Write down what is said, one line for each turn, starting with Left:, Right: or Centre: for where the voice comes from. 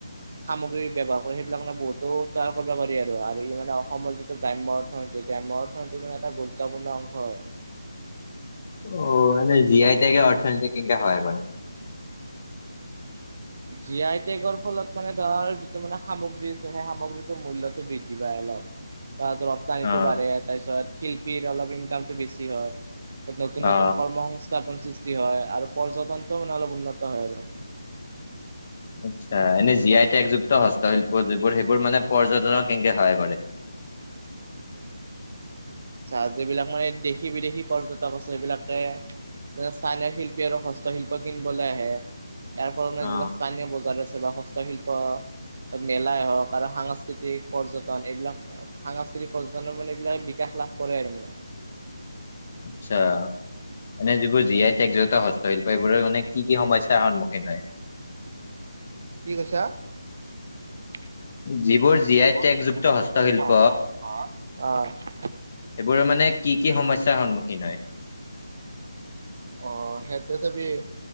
Right: সামগ্ৰী ব্যৱহাৰ কৰি সেইবিলাক মানে বহুতো তৈয়াৰ কৰিব পাৰি আৰু। ত আৰু ই মানে অসমৰ যিটো গ্ৰাম্য অৰ্থনীতি, গ্ৰাম্য অৰ্থনীতি মানে এটা গুৰুত্বপূৰ্ণ অংশ হয়।
Left: অ' এনেই জি আই টেগে অৰ্থনীতিক কেনকে সহায় কৰে?
Right: জি আই টেগৰ ফলত মানে ধৰ, যিটো মানে সামগ্ৰীৰ যে সেই সামগ্ৰীটোৰ মূল্যতটো বৃদ্ধি পায় অলপ। বা ধৰক নীটো
Left: অ
Right: বাঢ়ে। তাপিছত শিল্পীৰ অলপ ইনকামতটো বেছি হয়। নতুন নতুন
Left: অ
Right: কৰ্ম সং স্থাপন সৃষ্টি হয় আৰু পৰ্যতনটো মানে অলপ উন্নত হয় আৰু। উ <inaudible>
Left: আচ্ছা। এনেই জি আই ত্যেগযুক্ত হস্তশিল্প, যিবোৰ সেইবোৰ মানে পৰ্যটনত কেনকে সহায় কৰে?
Right: চা, যিবিলাক মানে দেশী বিদেশী পৰ্যটক আছে সেইবিলাকে তাতে স্থানীয় শিল্পী আৰু হস্তশিল্প কিনবলে আহে। ইয়াৰ ফলত মানে,
Left: অ
Right: যিবিলাক স্থানীয় বজাৰ আছে বা হস্তশিল্প মেলাই হওঁক, আৰু সাংস্কৃতিক পৰ্যটন, এইবিলাক অ' সাংস্কৃতিক পৰ্যটনৰ মানে এইবিলাক বিকাশ লাভ কৰে আৰু মানে।
Left: আচ্ছা। এনেই যিবোৰ জি আই টোগযুক্ত হস্তশিল্প এইবোৰৰ মানে কি কি সমস্যাৰ সন্মুখীন হয়?
Right: কি কৈছা? যিবোৰ জি
Left: যিবোৰ
Right: আই
Left: টেগযুক্ত
Right: তেগযুক্ত
Left: হস্তশিল্প
Right: হস্তশিল্প, অঁ।
Left: সেইবোৰে মানে কি কি সমস্যাৰ সন্মুখীন হয়?
Right: অ' সেইটোৱে চাবি